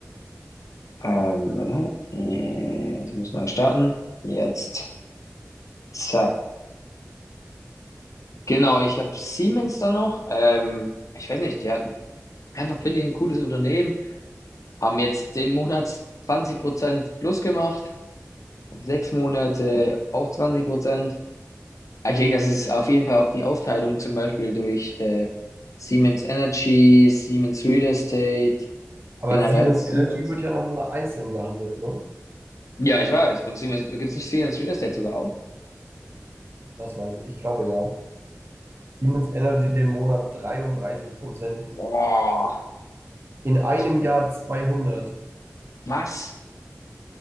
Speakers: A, on the left (about 85°); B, on the right (about 45°).
A: Ähm, warte. Äh, es muss neu starten. Jetzt. Zack. Genau, ich habe Siemens da noch. Ähm, ich weiß nicht, die haben einfach, finde ich, ein cooles Unternehmen. Haben jetzt den Monat 20% plus gemacht. Auf sechs Monate auch 20%. Aber Ich denke, das ist auf jeden Fall auf die Aufteilung zum Beispiel durch äh, Siemens Energy, Siemens Real Estate,
B: Aber
A: generell
B: Siemens
A: Siemens.
B: Energy wird ja nochmal einzeln gehandelt, ne?
A: Ja, ich weiß. Und Siemens, gibt es nicht Siemens Real Estate sogar auch?
B: Das weiß ich. Ich glaube ja. Siemens Energy den Monat 33 Prozent.
A: Boah.
B: In einem
A: Das kann.
B: Jahr 200.
A: Was?